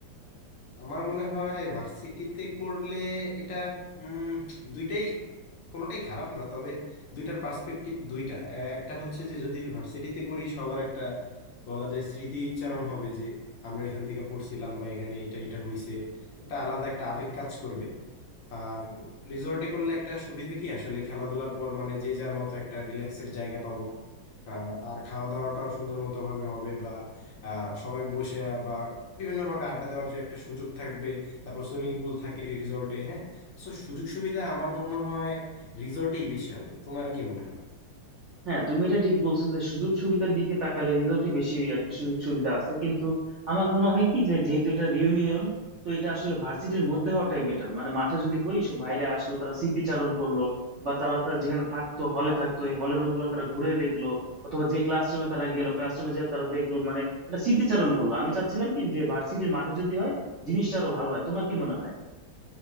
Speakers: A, on the left (about 70°); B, on the right (about 70°).
A: আমার মনে হয় ভার্সিটিতে করলে এটা উম দুইটাই কোনোটাই খারাপ না তবে দুইটার পার্সপেক্টিভ দুইটা এ- একটা হচ্ছে যে যদি ভার্সিটিতে করি সবার একটা বলা যায় স্মৃতিচারণ হবে যে আমরা এখান থেকে পড়ছিলাম বা এখানে এটা এটা হইছে এটা আলাদা একটা আবেগ কাজ করবে আর রিসোর্টে করলে একটা সুবিধা কি আসলে খেলাধুলার পর মানে যে যার মতো একটা রিল্যাক্সের জায়গা পাবো আহ, আর খাওয়া দাওয়াটাও সুন্দর মতো ভাবে হবে বা আহ, সবাই বসে বা বিভিন্ন ভাবে আড্ডা দেওয়ার যে একটা সুযোগ থাকবে তারপর সুইমিং পুল থাকে রিসোর্টে হ্যাঁ সো সুযোগ সুবিধা আমার মনে হয় রিসোর্টেই বেশি হবে তোমার কি মনে হয়
B: হ্যাঁ তুমি এটা ঠিক বলছো যে সুযোগ সুবিধার দিকে তাকালে রিসোর্টে বেশি আর কি সুযোগ সুবিধা আছে কিন্তু আমার মনে হয় কি যে যেহেতু এটা রিউনিয়ন তো এটা আসলে ভার্সিটির মধ্যে হওয়াটাই বেটার মানে মাঠে যদি করি সব বাইরে আসলো তারা স্মৃতিচারণ করলো বা তারা তা- যেখানে থাকতো হলে থাকতো এই হলের রুম গুলো তারা ঘুরে দেখলো অথবা যে ক্লাসরুমে তারা গেলো ক্লাসরুমে যে তারা দেখলো মানে এটা স্মৃতিচারণ করলো আমি চাচ্ছিলাম কি যে ভার্সিটির মাঠে যদি হয় জিনিসটা আরো ভালো হয় তোমার কি মনে হয়